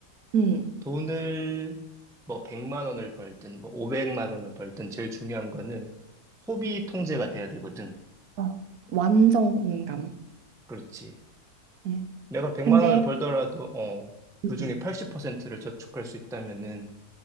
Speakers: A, on the right; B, in the centre.
A: 음.
B: 돈을 뭐 100만 원을 벌든 뭐 500만 원을 벌든 제일 중요한 거는 소비 통제가 돼야 되거든.
A: 어, 완전 공감.
B: 그렇지.
A: 예.
B: 내가 100만
A: 근데
B: 원을 벌더라도 어,
A: 음,
B: 그중에 80%를 저축할 수 있다면은